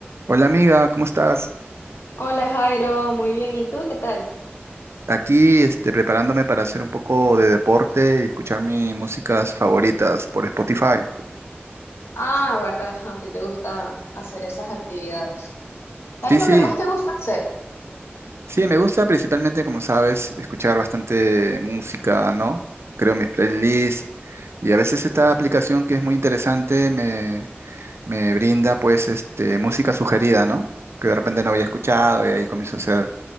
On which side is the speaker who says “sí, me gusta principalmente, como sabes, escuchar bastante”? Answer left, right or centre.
Right